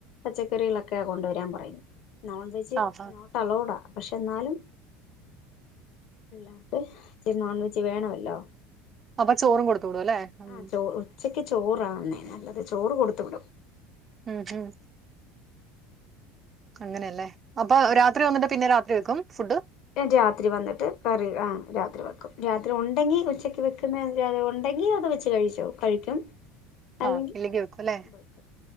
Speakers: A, on the left (about 55°); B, on the right (about 35°).
A: പച്ചക്കറികളൊക്കെ കൊണ്ടുവരാൻ പറയും നോൺവെജ്
B: ആഹ് ആഹ്.
A: നോട്ട്‌ അലൗടാ പക്ഷെ എന്നാലും പിള്ളേർക്ക് ഇച്ചിരി നോൺവെജ് വേണമല്ലോ
B: അപ്പൊ ചോറും കൊട് ത്ത് വിടൂലേ അം
A: ആ ചോ ഉച്ചക്ക് ചോറാന്നേ നല്ലത് ചോറ് കൊടുത്ത് വിടും
B: ഉം ഹം അങ്ങനെയല്ലേ അപ്പൊ
A: അങ്ങനെ
B: രാത്രി വന്നിട്ട് പിന്നെ രാത്രി വെക്കും ഫുഡ്
A: രാത്രി വന്നിട്ട് കറി ആ രാ- രാത്രി വെക്കും രാത്രി ഉണ്ടെങ്കിൽ ഉച്ചക്ക് വെക്കുന്ന ഉണ്ടെങ്കിൽ അത് വെച്ച് കഴിക്കും അല്ലെങ്കിൽ
B: ആ ഇല്ലങ്കി വെയ്ക്കും ഇല്ലേ
A: വെക്കും.